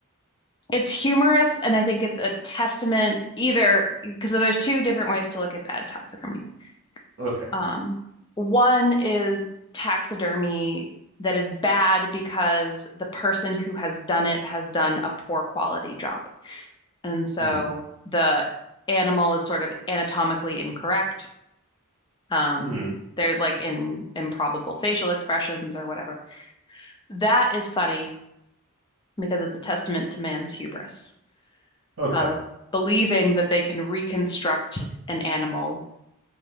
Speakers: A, on the left; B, on the right.
A: it's humorous, and I think it's a testament either because there's two different ways to look at bad taxidermy.
B: Okay.
A: Um, one is taxidermy that is bad because the person who has done it has done a poor quality job. And so
B: Hmm.
A: the animal is sort of anatomically incorrect. Um,
B: Hmm.
A: they're like in improbable facial expressions or whatever. That is funny because it's a testament to man's hubris
B: Okay.
A: of believing that they can reconstruct an animal